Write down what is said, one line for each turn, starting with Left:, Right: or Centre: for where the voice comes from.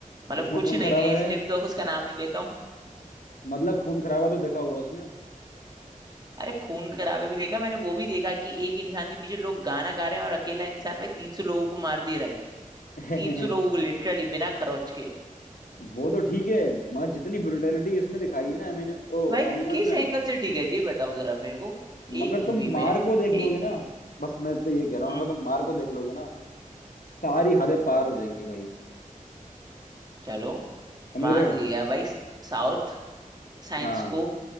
Right: मतलब
Left: उसमें
Right: कुछ
Left: खून
Right: नहीं
Left: खराबा
Right: है इसलिए
Left: है
Right: तो उसका नाम नहीं लेता हूँ
Left: मतलब खून खराबा तो देखा होगा उसमें
Right: अरे खून खराबे भी देखा मैंने वो भी देखा कि एक इंसान के पीछे लोग गाना गा रहे हैं और अकेला इंसान भाई तीन सौ लोगों को मार दे रहा है
Left: <laughs>
Right: तीन सौ लोगों को लिटरली बिना खरोच के
Left: वो तो ठीक है मगर जितनी ब्रुटेलिटी इसमें दिखाई है ना मैंने ओ
Right: भाई
Left: एनिमल
Right: किस
Left: में
Right: एंगल से ठीक है ये बताओ जरा मेरे को
Left: मगर
Right: एक मूवी
Left: तुम
Right: में
Left: मार को देख लोगे
Right: एक
Left: ना बस मैं तो ये कह रहा
Right: हम्म,
Left: हूँ अगर तुम मार को देख लोगे ना सारी हदें पार हो जाएंगी भाई
Right: चलो
Left: समझ
Right: मान
Left: रहे हो
Right: लिया भाई साउथ साइंस
Left: हाँ
Right: को